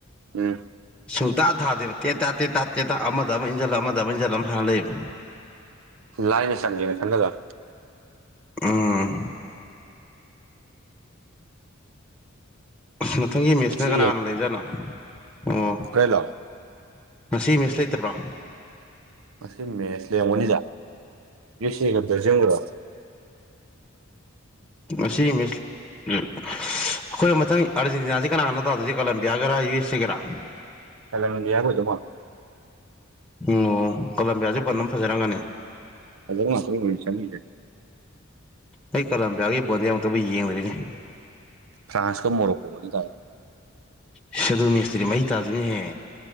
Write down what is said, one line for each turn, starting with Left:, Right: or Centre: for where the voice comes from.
Right: ꯎꯝ
Centre: ꯁꯨꯡꯇꯥ ꯊꯥꯗꯦꯕ ꯇꯦꯠ ꯇꯥ ꯇꯦꯠ ꯇ ꯇꯦꯠ ꯇ ꯑꯃꯗ ꯑꯃ ꯏꯟꯖꯜ ꯑꯃꯗ ꯑꯃ ꯏꯟꯁꯤꯜ ꯑꯃ ꯁꯥꯟꯅ ꯂꯩꯌꯦꯕ
Right: ꯂꯥꯏꯅ ꯆꯟꯒꯦꯅꯥ ꯈꯜꯂꯒ
Centre: ꯎꯝ ꯃꯊꯪꯒꯤ ꯃꯦꯁꯅ
Right: ꯕꯤꯠꯁꯨ
Centre: ꯀꯅꯥ ꯀꯅ ꯂꯩꯕꯖꯥꯠꯅꯣ ꯑꯣ
Right: ꯍꯣꯔꯦꯜꯂꯣ
Centre: ꯉꯁꯤ ꯃꯦꯁ ꯂꯩꯇꯕ꯭ꯔꯣ
Right: ꯉꯁꯤ ꯃꯦꯁ ꯂꯡꯉꯅꯤꯗ ꯌ ꯁꯤ ꯑꯦꯒꯇ ꯌꯦꯡꯈꯨꯔꯣ
Centre: ꯉꯥꯁꯤ ꯃꯦꯁ ꯎ ꯑꯩꯈꯣꯏ ꯃꯊꯪ ꯑꯥꯔꯖꯦꯟꯇꯤꯅꯥꯁꯤ ꯀꯅꯥꯒꯅꯣ ꯇꯥꯗꯣꯏꯁꯦ ꯀꯂꯝꯕꯤꯌꯥꯒꯔꯥ ꯌꯨ ꯑꯦꯁ ꯑꯦꯒꯥꯔꯥ
Right: ꯀꯂꯝꯕꯤꯌꯥ ꯑꯣꯏꯗꯧ ꯃꯥꯜꯂꯦ
Centre: ꯑꯣ ꯑꯣ ꯀꯂꯝꯕꯤꯌꯥꯁꯦ ꯕꯣꯜ ꯑꯗꯨꯝ ꯐꯖꯔꯥꯔꯝꯒꯅꯤ
Right: ꯐꯥꯖꯕ ꯉꯥꯛꯇꯅꯤ ꯀꯩꯅꯣ ꯍꯧꯖꯤꯛ ꯆꯪꯉꯤꯁꯦ
Centre: ꯑꯩ ꯀꯂꯝꯕꯤꯌꯥꯒꯤ ꯕꯣꯟꯗꯤ ꯑꯝꯇꯕꯨ ꯌꯦꯡꯗ꯭ꯔꯤꯅꯦ
Right: ꯐ꯭ꯔꯥꯟꯁꯀ ꯃꯣꯔꯣꯀꯣꯒꯥꯅꯦ ꯇꯥꯗꯨꯏ
Centre: ꯑꯁ ꯑꯗꯨ ꯃꯦꯁꯇꯨꯗꯤ ꯃꯩ ꯇꯥꯗꯨꯏꯅꯦꯍꯦ